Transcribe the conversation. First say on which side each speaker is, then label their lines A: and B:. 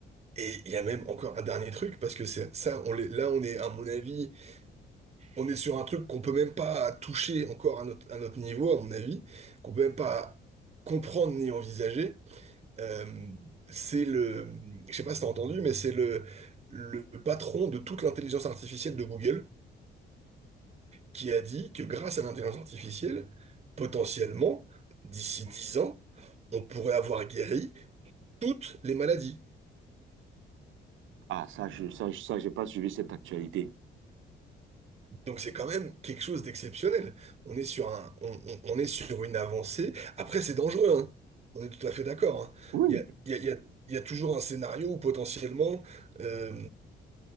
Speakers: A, on the right (about 35°); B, on the right (about 80°).
A: Et il y a même encore un dernier truc, parce que c'est ça, on l'est- là, on est, à mon avis, on est sur un truc qu'on peut même pas toucher encore à notre, à notre niveau, à mon avis, qu'on peut même pas comprendre ni envisager. Euh, c'est le, je sais pas si t'as entendu, mais c'est le, le patron de toute l'intelligence artificielle de Google qui a dit que grâce à l'intelligence artificielle, potentiellement, d'ici 10 ans, on pourrait avoir guéri toutes les maladies.
B: Ah, ça, je, ça, je- ça, j'ai pas suivi cette actualité.
A: Donc c'est quand même quelque chose d'exceptionnel. On est sur un, on, on- on est sur une avancée. Après, c'est dangereux, hein. On est tout à fait d'accord, hein.
B: Oui,
A: Il y a, il y a- il y a- il y a toujours un scénario où potentiellement euh,